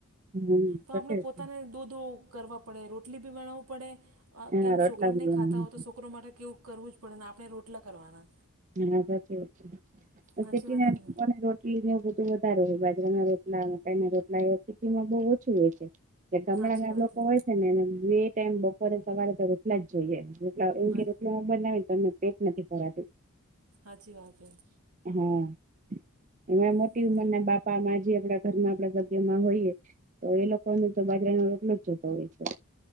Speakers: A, on the right; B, on the right.
A: હમ
B: તો
A: સાચી
B: આપણે
A: વાત
B: પોતાને
A: છે
B: દોધો કરવા પડે રોટલી બી બનાવવું પડે.
A: હા
B: કેમ
A: રોટલા
B: છોકરાને
A: બી
B: નહીં
A: બનાવે
B: ખાતા હોય તો છોકરો માટે કેવું કરવું જ પડે ને આપણે રોટલા કરવાના.
A: હા સાચી વા
B: હાચી વાત હે કે નહીં
A: ર <unintelligible> બધું વધારે હોય બાજરાના રોટલા માઈ ના રોટલા એ રસીટીમાં બહ ઓછું હોય છે. ગામડા
B: હાચી
A: ના
B: વાત
A: લોકો
B: હે
A: હોય છે ને એ એ ટાઈમ બપોરે સવારે તો રોટલા જ જોઈએ. એમ
B: હા
A: બનાવી તો અમને પેટ નથી ફરાતું.
B: હાજી વાગ્યા.
A: હા, એમા મોટી
B: હમ
A: ઉમરને બાપ બામાં જી આપડા ઘરમાં આપડા સભ્યમાં હોઈએ, તો એ લોકોને તો બાજરા ન રોટલો જ જોતો હોય છે.